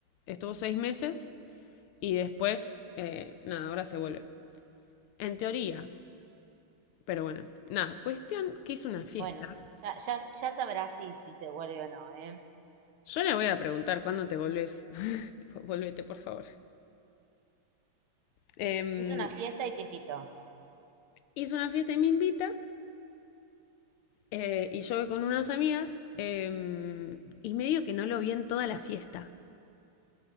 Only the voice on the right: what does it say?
Bueno, ya, ya, ya sabrás si, si se vuelve o no, ¿eh?
Hizo una fiesta y te invitó.